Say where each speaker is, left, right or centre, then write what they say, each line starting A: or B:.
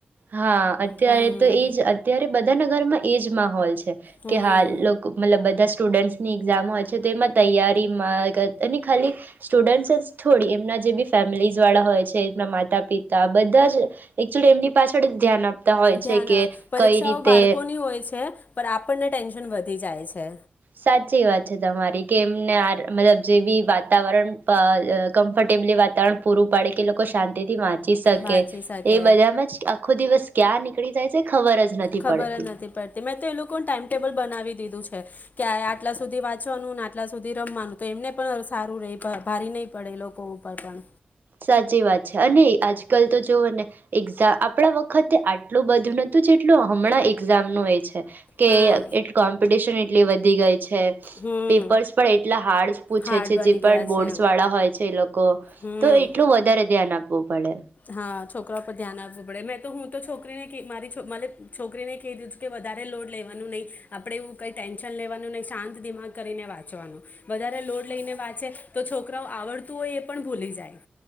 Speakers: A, on the right; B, on the left.
A: હા અત્યારે
B: હમ
A: તો એજ અત્યારે બધાના ઘરમાં એજ માહોલ છે.
B: હમ
A: કે હા લોક મતલબ બધા જ સ્ટુડન્ટ્સની એક્ઝામ હોય છે, તો એમાં તૈયારીમા ગ અને ખાલી સ્ટુડન્ટ્સ જ થોડી એમના જે બી ફેમિલીઝ વાળા હોય છે, એમના માતા પિતા બધા જ એકક્ચુલી એમની પાછળ જ ધ્યાન આપતા હોય
B: ધ્યાન
A: છે કે
B: અ, પરીક્ષાઓ
A: કઈ રીતે.
B: બાળકોની હોય છે પણ આપણને ટેન્શન વધી જાય છે.
A: સાચી વાત છે તમારી. કે એમને આ, મલબ જે બી વાતાવરણ અ કમ્ફર્ટેબલી વાતાવરણ પૂરું પાડે કે લોકો શાંતિથી વાંચ ચી સકે.
B: વાંચી શકે
A: એ બધામાં જ આ આખો દિવસ ક્યાં નીકળી જાય છે ખબર જ નથી
B: ખબર
A: પડતી
B: જ નથી પડતી, મેં તો એ લોકોન ટાઈમટેબલ બનાવી દીધું છે. કે આ આટલા સુધી વાંચવાનું ને આટલા સુધી રમવાનું. તો એમને પણ સારું રહે, ભારી નહી પડે લોકો ઉપર પણ.
A: સાચી વાત છે અને આજકાલ તો જોવો ને એક્ઝામ, આપણા વખતે આટલું બધું નતુંજેટલું હમણાં એક્ઝામ નું એ છે. કે
B: હા
A: એટ કોમ્પિટશન એટલી વધી ગઈ છે.
B: હમ
A: પેપર્સ પણ એટલા હાર્ડ પૂછે
B: હાર્ડ
A: છે,
B: બની
A: જે પણ
B: ગયા
A: બોર્ડસ
B: છે
A: વાળા હોય છે એ લોકો.
B: હમ
A: તો એટલું વધારે ધ્યાન આપ પવુ પડે.
B: હા, છોકરાઓ પર ધ્યાન આપવું પડે. મેં તો, હું તો, છોકરીને કિ મારી, મારી છોકરી, મને કીધું જ કે વધારે લોડ લેવાનું નહીં. આપડે એવું કઈ ટેન્શન લેવાનું નહી. શાંત દિમાગ કરીને વાંચવાનું. વધારે લોડ લઈને વાંચે, તો છોકરાઓ આવડતું હોય એ પણ ભૂલી જાય.